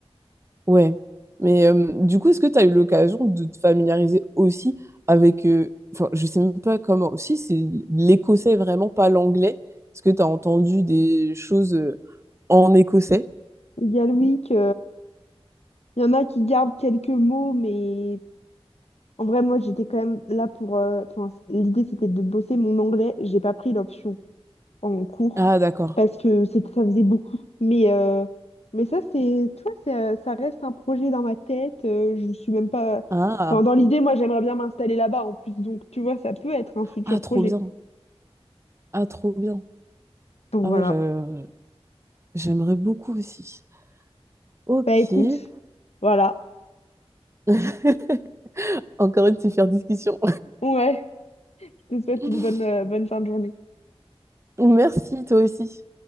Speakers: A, on the right; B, on the left.
A: Ouais, mais euh, du coup, est-ce que tu as eu l'occasion de te familiariser aussi avec, euh, enfin, je sais même pas comment, aussi c'est l'écossais vraiment, pas l'anglais. Est-ce que tu as entendu des choses euh, en écossais?
B: Il y a le week, Il y en a qui gardent quelques mots, mais en vrai, moi, j'étais quand même là pour. euh, Enfin, l'idée, c'était de bosser mon anglais. J'ai pas pris l'option en cours
A: Ah, d'accord.
B: parce que c'était, ça faisait beaucoup. Mais, euh, mais ça, c'est, tu vois, ça, ça reste un projet dans ma tête. euh, je suis même pas.
A: Ah,
B: Enfin, dans l'idée, moi, j'aimerais bien m'installer là-bas en plus. Donc, tu vois, ça peut être un futur
A: ah, trop
B: projet.
A: bien. Ah, trop bien.
B: Donc,
A: Ah
B: voilà.
A: ouais, je- j'aimerais beaucoup aussi. Ok,
B: Bah, écoute, voilà.
A: <laughs> encore une super discussion.
B: Ouais, je te souhaite
A: <laughs>
B: une bonne, euh, bonne fin de journée.
A: Merci, toi aussi.